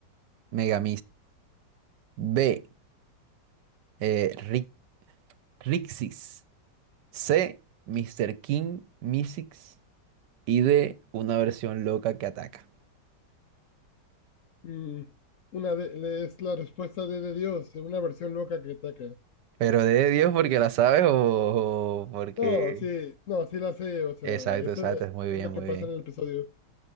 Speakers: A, on the right; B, on the left.
A: Mega B. eh, Ri- Rixis. C. Mister King Mysics. Y D. Una versión loca que ataca.
B: mm, una de, es la respuesta de, de Dios, eh, una versión loca que ataca.
A: Pero de Dios porque la sabes o, o porque...
B: No, sí, no, sí la sé, o sea,
A: Exacto,
B: eso
A: exacto.
B: eh,
A: es Muy
B: es
A: bien,
B: lo
A: muy
B: que pasa
A: bien.
B: en el episodio.